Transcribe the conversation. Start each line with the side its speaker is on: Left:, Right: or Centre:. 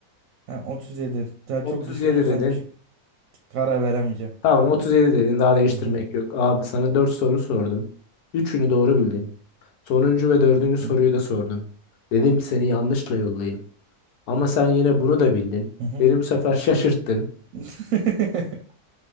Right: Ha, 37 daha
Left: 37
Right: çok düşünürsem
Left: dedin.
Right: çık- karar veremeyeceğim.
Left: Tamam 37 dedin. Daha değiştirmek
Right: Hı
Left: yok. Abi sana 4 soru sordum. Üçünü doğru bildin. Sonuncu ve dördüncü soruyu
Right: hı.
Left: da sordum. Dedim ki seni yanlışla yollayayım. Ama sen yine bunu da bildin.
Right: Hı hı.
Left: Beni bu sefer şaşırttın.
Right: <laughs>